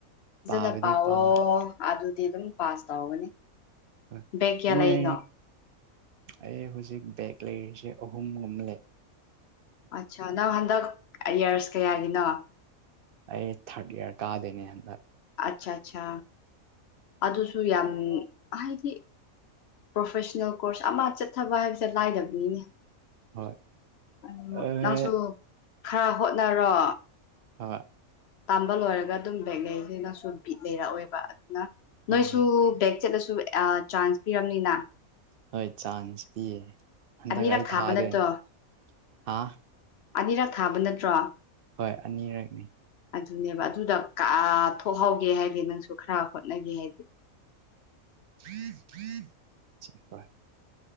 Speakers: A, on the left (about 65°); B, on the right (about 70°).
A: ꯐꯖꯅ
B: ꯄꯥꯕꯗꯤ
A: ꯄꯥꯎꯑꯣ
B: ꯄꯥ
A: ꯑꯗꯨꯗꯤ ꯑꯗꯨꯝ ꯄꯥꯁ ꯇꯧꯒꯅꯤ
B: ꯍ
A: ꯕꯦꯛ ꯀꯌꯥ
B: ꯃꯣꯏ
A: ꯂꯩꯅꯣ
B: ꯑꯩ ꯍꯧꯖꯤꯛ ꯕꯦꯦꯛ ꯂꯩꯔꯤꯁꯦ ꯑꯍꯨꯝꯒꯨꯝ ꯂꯩ
A: ꯑꯠꯆꯥ ꯅꯪ ꯍꯟꯗꯛ ꯏꯌꯥꯔꯁ ꯀꯌꯥꯒꯤꯅꯣ
B: ꯑꯩ ꯊꯥꯔꯠ ꯏꯌꯥꯔ ꯀꯥꯗꯨꯢꯅꯦ ꯍꯟꯗꯛ
A: ꯑꯆꯥ ꯑꯆꯥ ꯑꯗꯨꯁꯨ ꯌꯥꯝ ꯍꯥꯏꯗꯤ ꯄ꯭ꯔꯣꯐꯦꯁꯅꯦꯜ ꯀꯣꯔꯁ ꯑꯃ ꯆꯠꯊꯕ ꯍꯥꯏꯕꯁꯦ ꯂꯥꯏꯗꯕꯅꯤꯅꯦ
B: ꯍꯣꯏ
A: ꯑ
B: ꯍꯣꯏ
A: ꯅꯪꯁꯨ ꯈꯔ ꯍꯣꯠꯅꯔꯣ
B: ꯍꯣꯏ
A: ꯇꯥꯝꯕ ꯂꯣꯏꯔꯒ ꯑꯗꯨꯝ ꯕꯦꯦꯛꯅꯦꯁꯤꯅꯁꯨ ꯕꯤꯠ ꯂꯩꯔꯛꯑꯣꯏꯕ ꯑꯗꯨꯅ
B: ꯍꯣꯏ
A: ꯅꯣꯏꯁꯨ ꯕꯦꯛ ꯆꯠꯂꯁꯨ ꯆꯥꯟꯁ ꯄꯤꯔꯝꯅꯤꯅ
B: ꯍꯣꯏ ꯆꯥꯟꯁ ꯄꯤꯌꯦ ꯍꯟꯗꯛ
A: ꯑꯅꯤꯔꯛ
B: ꯑꯩ
A: ꯊꯥꯕ
B: ꯊꯥꯗꯣꯏꯅꯦ
A: ꯅꯠꯇ꯭ꯔꯣ
B: ꯍꯥ
A: ꯑꯅꯤꯔꯛ ꯊꯥꯕ ꯅꯠꯇ꯭ꯔꯣ
B: ꯍꯣꯏ ꯑꯅꯤꯔꯛꯅꯤ
A: ꯑꯗꯨꯅꯦꯕ ꯑꯗꯨꯗ ꯀꯥ ꯊꯣꯛꯍꯧꯒꯦ ꯍꯥꯏꯗꯤ ꯅꯪꯁꯨ ꯈꯔ ꯍꯣꯠꯅꯒꯦ ꯍꯥꯏꯗꯤ
B: <inaudible>